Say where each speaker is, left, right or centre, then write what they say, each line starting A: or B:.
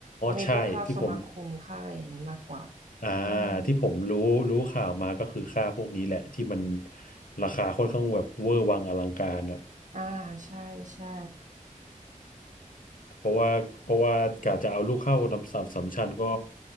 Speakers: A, on the right (about 65°); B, on the left (about 85°).
A: มันมีพวกค่าสมาคมค่าอะไรอย่างนี้มากกว่า
B: ใช่ที่ผมอ่า
A: อืม
B: ที่ผมรู้รู้ข่าวมาก็คือค่าพวกนี้แหละที่มันราคาค่อนข้างแบบเวอร์วังอลังการอ่ะ
A: อ่า ใช่ใช่
B: เพราะว่าเพราะว่ากะจะเอาลูกเข้าอัสสัมสัมชัญก็